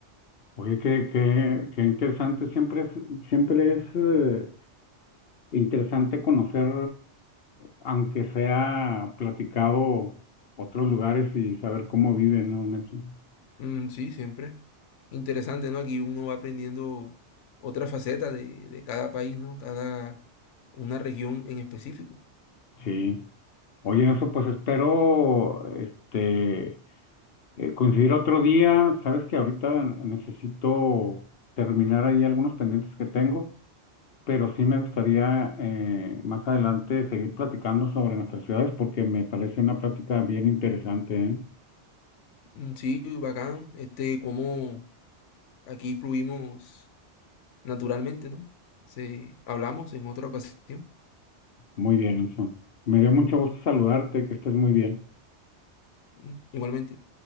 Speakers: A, on the left; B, on the left.
A: Oye, qué, qué, qué interesante, siempre es, siempre es eh, interesante conocer, aunque sea platicado, otros lugares y saber cómo viven, ¿no? Nelson?
B: Mm, sí, siempre. Interesante, ¿no? Aquí uno va aprendiendo otra faceta de, de cada país, ¿no? Cada una región en específico.
A: Sí. Oye, eso pues espero, este Eh, coincidir otro día, sabes que ahorita necesito terminar ahí algunos pendientes que tengo, pero sí me gustaría eh, más adelante seguir platicando sobre nuestras ciudades porque me parece una plática bien interesante, ¿eh?
B: Mm, sí, bacán. Este, cómo aquí fluimos naturalmente, ¿no? Se, hablamos en otra ocasión.
A: Muy bien, Nelson. Me dio mucho gusto saludarte, que estés muy bien.
B: Mm, Igualmente.